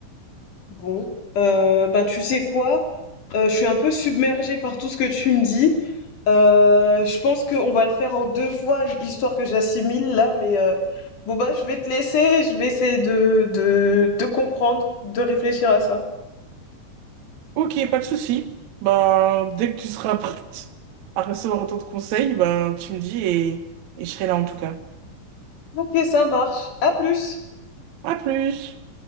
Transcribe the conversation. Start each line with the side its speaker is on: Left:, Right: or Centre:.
Left: Bon, euh, bah tu sais quoi? Euh, je suis un peu submergée par tout ce que tu me dis. Euh, je pense qu'on va le faire en deux fois, histoire que j'assimile là, mais euh, bon bah je vais te laisser, je vais essayer de, de, de comprendre, de réfléchir à ça.
Right: Ok, pas de souci. Bah, dès que tu seras <laughs> prête à recevoir autant de conseils, ben tu me dis et, et je serai là en tout cas.
Left: Ok, ça marche. À plus.
Right: À plus!